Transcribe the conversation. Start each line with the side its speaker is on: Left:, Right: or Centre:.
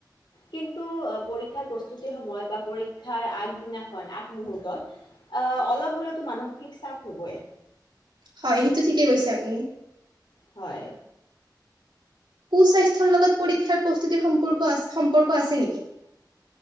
Left: কিন্তু আহ, পৰীক্ষাৰ প্ৰস্তুতিৰ সময়ত বা পৰীক্ষাৰ আগদিনাখন আগমুহূুৰ্তত অলপ হ'লেওতো মানসিক চাপ হ'বই।
Right: হয় সেইটো ঠিকেই কৈছে আপুনি।
Left: হয়
Right: কুস্বাস্থ্যৰ লগত পৰীক্ষাৰ প্ৰস্তুতিৰ সম্পৰ্ক আছে সম্পৰ্ক আছে নেকি।